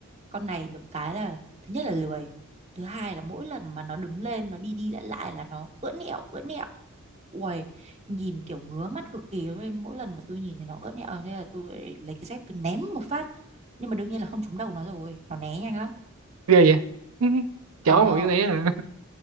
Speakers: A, on the right; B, on the right.
A: con này được cái là thứ nhất là lười thứ hai là mỗi lần mà nó đứng lên nó đi đi lại lại là nó ưỡn ẹo ưỡn ẹo Uầy, nhìn kiểu ngứa mắt cực kỳ luôn mỗi lần mà tôi nhìn thì nó ớn ẹo thế là tôi lại lấy cái dép tôi ném một phát nhưng mà đương nhiên là không trúng đầu nó rồi nó né nhanh lắm
B: ghê vậy <laughs>
A: ờ
B: chó mà biết né à,